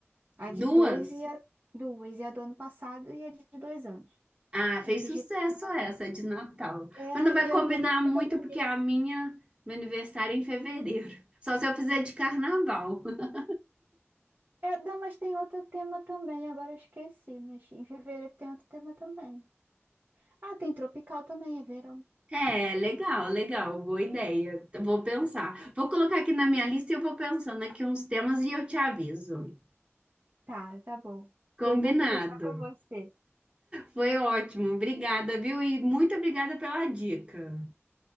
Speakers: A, on the right (about 45°); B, on the right (about 25°).
A: A
B: duas.
A: de dois e a duas, e a do ano passado e a de dois anos.
B: Ah,
A: Eu
B: fez
A: quis
B: sucesso
A: repetir o Natal.
B: essa de Natal.
A: É,
B: Mas não vai
A: e
B: combinar
A: é um tema que
B: muito,
A: fica bonito.
B: porque é a minha, meu aniversário é em fevereiro. Só se eu fizer de carnaval. <laughs>
A: É, não, mas tem outro tema também, agora eu esqueci, mas em fevereiro tem outro tema também. Ah, tem tropical também, é verão.
B: É, legal, legal, boa ideia. Então, Vou pensar. Vou colocar aqui na minha lista e eu vou pensando aqui uns temas e eu te aviso.
A: Tá, tá bom.
B: Combinado.
A: Foi bom conversar com você.
B: Foi ótimo. Obrigada, viu? E muito obrigada pela dica.